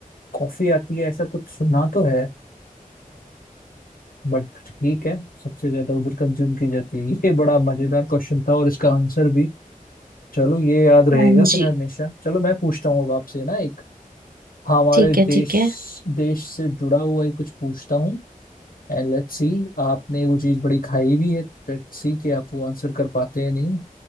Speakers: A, on the left; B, on the right.
A: कॉफी आती है ऐसा कुछ सुना तो है बट ठीक है सबसे ज्यादा उधर कंज्यूम की जाती है <laughs> ये बड़ा मजेदार क्वेश्चन था और इसका आंसर भी चलो ये याद रहेगा
B: हाँ
A: फिर
B: जी
A: हमेशा चलो मैं पूछता हूँ अब आपसे ना एक हमारे
B: ठीक
A: देश
B: है ठीक है
A: देश से जुड़ा हुआ ही कुछ पूछता हूँ एंड लेट्स सी आपने वो चीज बड़ी खाई भी है लेट्स सी कि आप वो आंसर कर पाते हैं नहीं